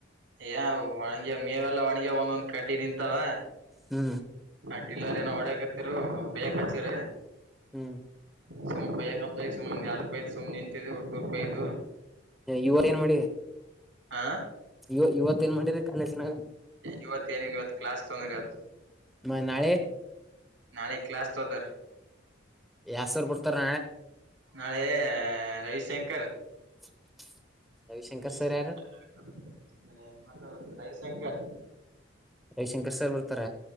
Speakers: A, on the right; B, in the centre.
A: ಏ ಒಣಗ ಮೇವೆಲ್ಲಾ ಒಣಿಗ ಒಂದೊಂದ್ ಕಡ್ಡಿ ನಿಂತಾವ
B: ಹ್ಮ
A: ಆ ಟಿಲ್ಲರ್ ಏನೋ ಓಡಕತ್ತರ ಬಯಕ್ ಹಚ್ಚರ
B: ಹ್ಮ್
A: ಸುಮ್ ಪೈಯಕ ಅಂತ ಈ ಸುಮ್ಮನೆ ಆಡುಪೈು ಸುಮ್ನೆ ನಿಂತಿದ್ದು ಹುಡ್ಗುರು <inaudible> ಕೈು
B: ಇವಗ್ ಏನ್ ಮಾಡಿಯೆ
A: ಹಾ
B: ಇವ ಇವತ್ ಏನ್ ಮಾಡಿರಿ ಕಾಲೇಜಿನಾಗ
A: ಇವತ್ ಏನಿಲ್ ಇವತ್ತು ಕ್ಲಾಸ್ ತೊಂದೆ ಇವತ್
B: ಮ ನಾಳೆ
A: ನಾಳೆ ಕ್ಲಾಸ್ ತೋಕೊತಾರೆ
B: ಯಸ್ರ್ ಬಿಡ್ತಾರ
A: ನಾಳೆ ರವಿಶಂಕರ್
B: <inaudible>
A: ರವಿಶಂಕರ್
B: ಸರ್ ಯಾರು
A: ಚಂದಂದ್ರ <inaudible> ಹೆಂಗ್ ಮಾತ ರವಿಶಂಕರ್
B: ರವಿಶಂಕರ್ ಸರ್ ಬರ್ತಾರ